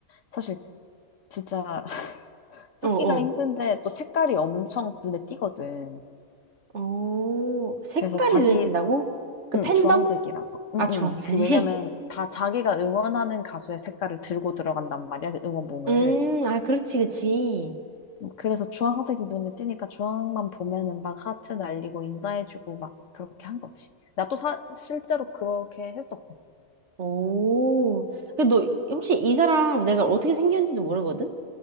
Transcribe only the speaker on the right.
어어.
오, 색깔이
눈에 띈다고? 그
팬덤?
아, 주황색.
음, 아, 그렇지, 그렇지.
오. 근데 너 혹시 이 사람 내가 어떻게 생겼는지도 모르거든?